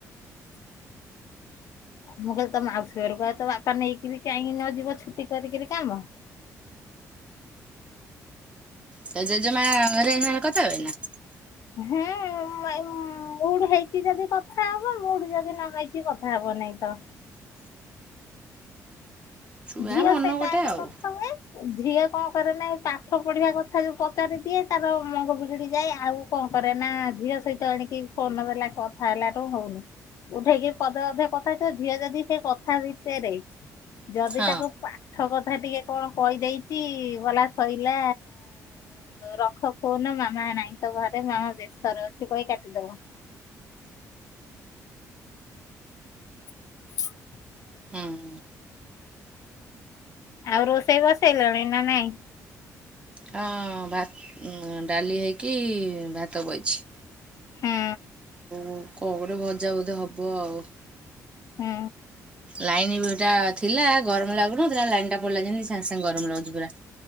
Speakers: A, on the left (about 60°); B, on the right (about 15°).
A: ମୁଁ କହିଲି ତୋ ମାଉସୀ ଘରକୁ ପା ତ ବାପା ନେଇକିରି କାହିଁକି ନ ଯିବ ଛୁଟି କରିକିରି କାମ। <inaudible>
B: ତା ଜେଜେମା ଘରେ ଏଇନା କଥା ହୁଏ ନା?
A: ହେଁ ଏଇ ଉଁ ମୁଡୁ ହେଇଛି ଯଦି କଥା ହବ ମୁଡୁ ଯଦି ନ ହେଇଛି କଥା ହବ ନାହି ତ।
B: ଛୁଆ
A: ଝିଅ
B: ମନ
A: ସହିତ
B: ଗୋଟେ
A: ଆଗେ
B: ଆଉ
A: କଥା ହୁଏ। ଝିଅ କଣ କରେ ନା ଏଇ ପାଠ ପଢିବା କଥା ଯୋଉ ପଚାରି ଦିଏ ତାର ମଙ୍ଗ ବିଗିଡି ଯାଏ ଆଉ କ କ କରେ ନା ଝିଅ ସହିତ ଏଣିକି ଫୋନ ଦେଲା କଥା ହେଲାଠୁ ହଉନି। ଉଠେଇକି ପଦେ ଅଧେ କଥା ହେଇଥିବ ଝିଅ ଯଦି ସେ କଥା ଭିତେରେ। ଯଦି
B: ହଁ।
A: ତାକୁ ପାଠ କ ଥା ଟିକେ କଣ କହିଦେଇଛି ଗଲା ଶଇଲା ରଖ ଫୋନ ମାମା ନାଇଁ ତ ଘରେ ମାମା ବ୍ୟସ୍ତରେ ଅଛି କହି କାଟିଦବ। <inaudible>
B: ହୁଁ।
A: ଆଉ ରୋଷେଇ ବସେଇଲେଣି ନା ନାଇଁ?
B: ହଁ, ଡାଲି ହେଇକି ଭାତ ବଇଛି।
A: ହୁଁ
B: ଉ କଣ ଗୋଟେ ଭଜା ବୋଧେ ହବ ଆଉ
A: ହୁଁ।
B: ଲାଇନ ବି ଗଟା ଥିଲା, ଗରମ ଲାଗୁନଥିଲା, ଲାଇନ ଟା ପଳେଇଲା ଯେମିତି, ସାଙ୍ଗେ ସାଙ୍ଗେ ଗରମ ଲାଗୁଛି ପୁରା